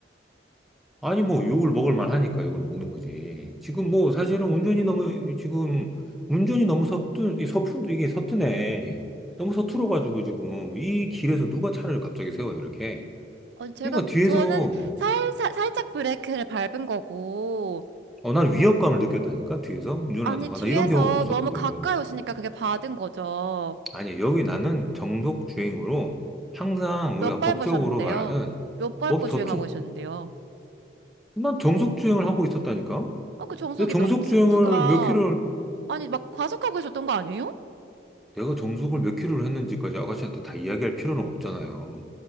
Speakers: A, in the centre; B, on the right.
A: 아니, 뭐, 욕을 먹을 만하니까 욕을 먹는 거지. 지금 뭐, 사실은 운전이 너무, 지금, 운전이 너무 서툰, 이 서툰, 이게 서투네. 너무 서툴어가지고 지금, 이 길에서 누가 차를 갑자기 세워요, 이렇게.
B: 어, 제가,
A: 그러니까 뒤에서,
B: 저는 살살, 살짝 브레이크를 밟은 거고,
A: 어, 난 위협감을 느꼈다니까, 뒤에서 운전을
B: 아니,
A: 하다가.
B: 뒤에서
A: 나 이런 경우가 없었거든.
B: 너무 가까이 오시니까 그게 받은 거죠.
A: 아니, 여기 나는 정속 주행으로 항상
B: 몇
A: 우리가
B: 밟으셨는데요?
A: 법적으로 말하는,
B: 몇 밟고
A: 법, 법주,
B: 주행하고 계셨는데요?
A: 난 정속 주행을 하고 있었다니까?
B: 어, 그 정속이
A: 내 정속
B: 몇 속도가,
A: 주행을 몇 킬로,
B: 아니, 막 과속하고 계셨던 거 아니에요?
A: 내가 정석을 몇 킬로를 했는지까지 아가씨한테 다 이야기할 필요는 없잖아요.